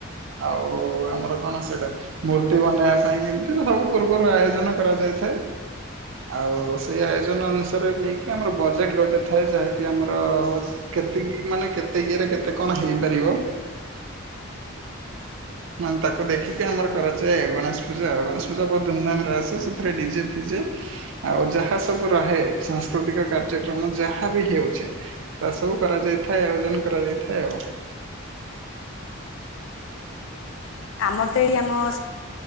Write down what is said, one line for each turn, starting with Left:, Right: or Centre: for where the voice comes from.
Right: ଆଉ ଆମର କଣ ସେଇଟା ମୂର୍ତ୍ତି ବନେଇବା ପାଇଁ କେମିତି ସବୁ ପୂର୍ବରୁ ଆୟୋଜନ କରାଯ ଇଥାଏ ଆଉ ସେଇ ଆୟୋଜନ ଅନୁସାରେ ନେଇକି ଆମର ବଜେଟ୍ ଗୋଟେ ଥାଏ ଯାହାକି ଆମର କେତେକି ମାନେ କେତେ ଇଏରେ କେତେ କଣ ହେଇପାରିବ। ମାନେ ତାକୁ ଦେଖିକି ଆମର କରାଯାଏ ଗଣେଶ ପୂଜା ଗଣେଶ ପୂଜା ବହୁତ ଧୁମଧାମରେ ଆସେ ସେଥିରେ ଡିଜେ ଫିଜେ। ଆଉ ଯାହା ସବୁ ରହେ ସାଂସ୍କୃତିକ କାର୍ଯ୍ୟକ୍ରମ ଯାହା ବି ହେଉଛେ ତା ସବୁ କରାଯାଇଥାଏ ଆୟୋଜନ କରାଯାଇଥାଏ ଆଉ
Left: ଆମର ତ ଏଇ ଆମସ୍